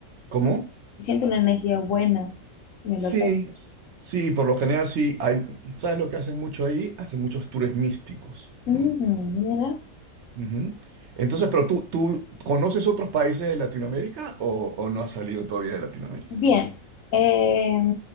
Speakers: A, on the right; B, on the left.
A: ¿cómo?
B: Siente una energía buena, mi
A: Sí,
B: loco.
A: sí, por lo general sí. Hay, ¿sabes lo que hacen mucho ahí? Hacen muchos tours místicos,
B: Mm,
A: ¿no?
B: mira.
A: Ujú. Entonces, pero tú, ¿tú conoces otros países de Latinoamérica o, o no has salido todavía de Latinoamérica?
B: Bien, eh,